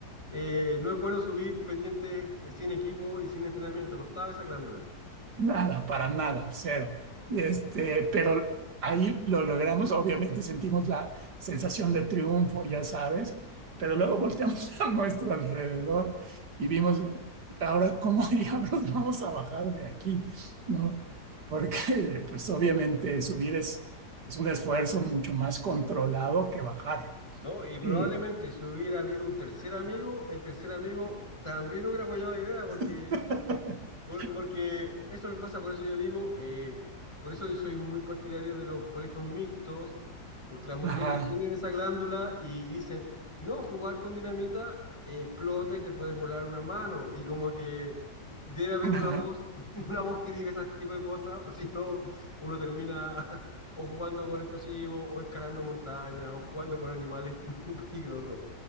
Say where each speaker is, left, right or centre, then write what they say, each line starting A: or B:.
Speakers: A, on the left; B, on the right.
A: eh, no es bueno subir pendientes eh, sin equipo y sin entrenamiento, no estaba esa glándula,
B: Nada, para nada, cero. Y este, pero ahí lo logramos, obviamente sentimos la sensación de triunfo, ya sabes, pero luego volteamos <laughs> a nuestro alrededor y vimos, ahora, ¿cómo <laughs> diablos vamos a bajar de aquí? ¿No? Porque, pues obviamente subir es, es un esfuerzo mucho más controlado que bajar.
A: ¿no? Y probablemente
B: Y,
A: si hubiera habido un tercer amigo, el tercer amigo también hubiera apoyado la idea porque
B: <laughs>
A: Por- porque eso es lo que pasa, por eso yo digo, eh, por eso yo soy muy partidario de los colegios mixtos, porque las mujeres
B: ajá,
A: tienen esa glándula y dicen, no, jugar con dinamita eh, explota y te puedes volar una mano, y como que debe haber
B: ajá.
A: una voz, <laughs> una voz que diga ese tipo de cosas, o si no, uno termina <laughs> o jugando con explosivos, o escalando montañas, o jugando con animales <laughs> peligrosos.